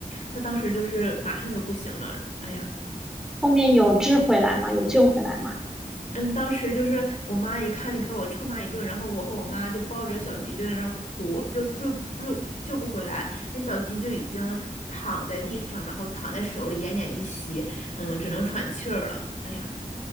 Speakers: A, on the left; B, in the centre.
A: 他当时就是马上就不行了，哎呀，
B: 后面有治回来吗？有救回来吗？
A: 嗯，当时就是我妈一看就给我臭骂一顿，然后我和我妈就抱着小鸡就在那儿哭，就救救救不回来，那小鸡就已经躺在地上，然后躺在手里奄奄一息，嗯，只能喘气儿了。哎呀，